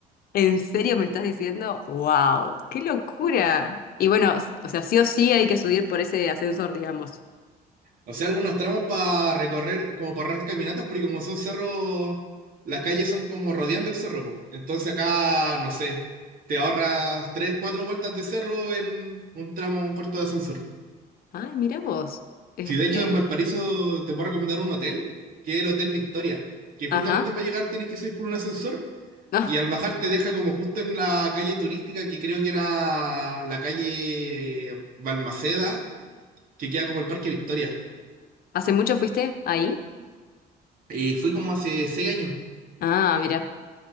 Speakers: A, on the left (about 60°); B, on the right (about 55°).
A: ¿En serio me estás diciendo? ¡Wow! ¡Qué locura! Y bueno, s- o sea, sí o sí hay que subir por ese ascensor, digamos.
B: O sea, algunos tramos para recorrer, como para hacer caminatas, porque como son cerros, las calles son como rodeando el cerro, po. Entonces acá, no sé, te ahorras tres, cuatro vueltas de cerro en un tramo corto de ascensor.
A: Ay, mira vos. Este.
B: Si de hecho en Valparaíso te puedo recomendar un hotel, que es el Hotel Victoria, que justamente
A: Ajá.
B: para llegar tienes que subir por un ascensor
A: Ah,
B: y al bajar te deja como justo en la calle turística que creo que era la calle Balmaceda, que queda como el Parque Victoria.
A: ¿hace mucho fuiste ahí?
B: Y fui como hace seis años.
A: Ah, mira.